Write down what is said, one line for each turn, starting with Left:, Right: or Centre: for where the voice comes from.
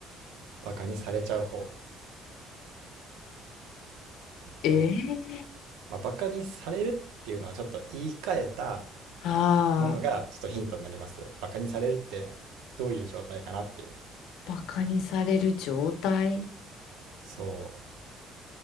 Right: バカにされちゃう方そう、
Left: えー、
Right: まあ、バカにされるっていうのはちょっと言い換えた
Left: ああ、
Right: ものがちょっとヒントになりますバカにされるってどういう状態かなっていう
Left: バカにされる状態
Right: そう